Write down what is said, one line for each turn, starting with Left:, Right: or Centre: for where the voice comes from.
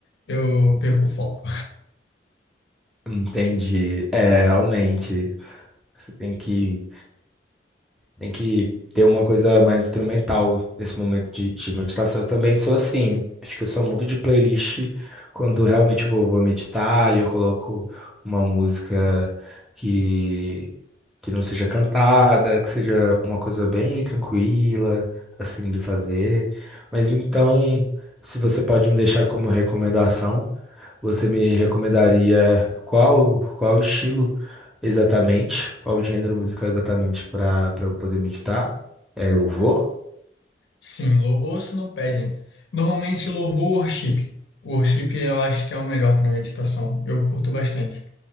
Left: Eu perco o foco.
Centre: Entendi. É, realmente. Você tem que, tem que ter uma coisa mais instrumental nesse momento de, de meditação. Eu também sou assim. Acho que eu só mudo de playlist quando realmente eu vou, vou meditar e eu coloco uma música que que não seja cantada, que seja uma coisa bem tranquila, assim, de fazer. Mas então, se você pode me deixar como recomendação, você me recomendaria qual, qual estilo exatamente, qual gênero musical exatamente para para eu poder meditar? É louvor?
Left: Sim, louvor se não pedem. Normalmente louvor ou worship. O Worship eu acho que é o melhor para meditação. Eu curto bastante.